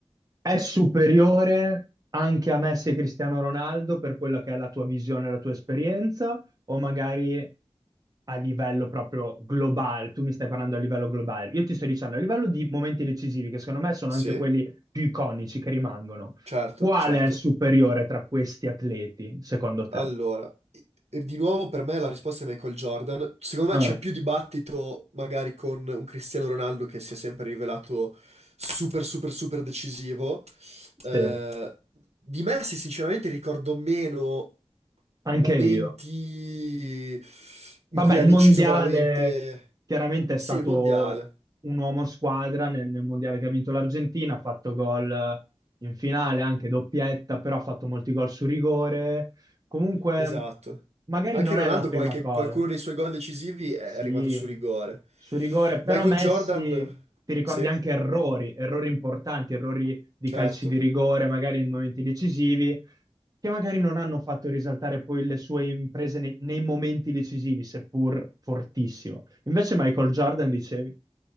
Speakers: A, on the right (about 35°); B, on the right (about 75°).
A: È superiore anche a Messi e Cristiano Ronaldo per quella che è la tua visione, la tua esperienza, o magari a livello proprio globale? Tu mi stai parlando a livello globale. Io ti sto dicendo a livello di momenti decisivi, che secondo me sono
B: sì,
A: anche quelli più iconici che rimangono.
B: certo,
A: Quale
B: certo.
A: è superiore tra questi atleti, secondo te?
B: Allora, e di nuovo per me la risposta è Michael Jordan. Secondo
A: Ah,
B: me c'è più dibattito magari con un Cristiano Ronaldo che si è sempre rivelato super, super, super decisivo. Eh,
A: sì,
B: di Messi sinceramente ricordo meno
A: anche
B: momenti
A: io.
B: in
A: Vabbè,
B: cui ha
A: il
B: deciso
A: mondiale
B: veramente...
A: chiaramente è stato
B: Sì, il mondiale,
A: un uomo squadra nel, nel mondiale che ha vinto l'Argentina, ha fatto gol eh, in finale, anche doppietta, però ha fatto molti gol su rigore. Comunque,
B: esatto.
A: magari
B: Anche
A: non
B: Ronaldo,
A: è la prima
B: qualche-
A: cosa.
B: qualcuno dei suoi gol decisivi è
A: Sì,
B: arrivato su rigore.
A: su rigore, però
B: Michael
A: Messi
B: Jordan,
A: ti ricordi
B: sì.
A: anche errori, errori importanti, errori di
B: Certo.
A: calci di rigore, magari in momenti decisivi, che magari non hanno fatto risaltare poi le sue imprese nei, nei momenti decisivi, seppur fortissimo. Invece Michael Jordan, dicevi?